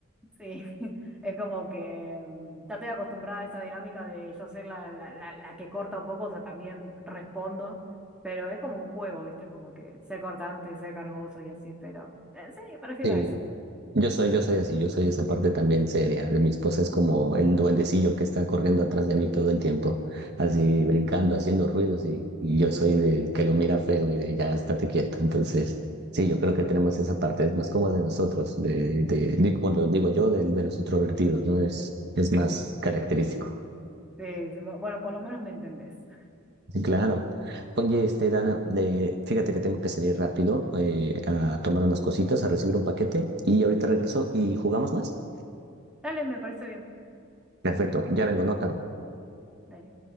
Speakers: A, in the centre; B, on the right (about 55°).
A: Sí, <laughs> es como que mm, ya estoy acostumbrada a esa dinámica de yo ser la, la, la, la que corta un poco, o sea, también respondo, pero es como un juego, ¿viste? Como que ser cortante, ser cargoso y así, pero eh, sí, prefiero
B: Sí,
A: eso.
B: yo soy, yo soy así, yo soy esa parte también seria. de Mi esposa es como el duendecillo que está corriendo atrás de mí todo el tiempo, así brincando, haciendo ruidos y, y yo soy del que lo mira feo y de ya estate quieto. Entonces, sí, yo creo que tenemos esa parte, es más como de nosotros, de, de, di- bueno, digo yo, de, de los introvertidos, ¿no? Es, es más característico.
A: Sí, sí, bu- bueno, por lo menos me entendés.
B: Sí, claro. Oye, este, Dana, de- fíjate que tengo que salir rápido eh, a tomar unas cositas, a recibir un paquete y ahorita regreso y jugamos más.
A: Dale, me parece bien.
B: Perfecto, ya vengo, no tardo.
A: Dale.